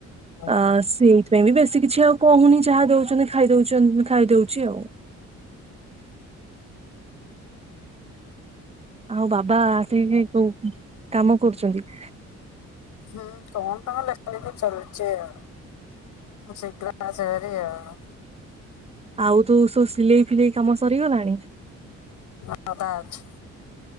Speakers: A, on the left (about 80°); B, on the right (about 20°).
A: ଓହୋ।
B: ଆ ସେଇଥିପାଇଁ ବି ବେଶୀ କିଛି ଆଉ କହୁନି ଯାହା ଦଉଚନ୍ତି ଖାଇ ଖାଇଦଉଚନ୍ତ ଖାଇଦଉଚି ଆଉ।
A: ହଁ <unintelligible>
B: ଆଉ ବାବା ଆସିକି କୋଉ କାମ କରୁଚନ୍ତି?
A: ହୁଁ କଣ ତାଙ୍କ ଲେଖା ଲେଖି ଚାଲିଚି ଆଉ। ମୁଁ ସେଇଥିଲାଗି ଆସେ ଭାରି ଆଉ।
B: ଆଉ ତୁ ସୁ ସିଲେଇ ଫିଲେଇ କାମ ସରିଗଲାଣି?
A: ହଁ ଅଧା ଅଛି,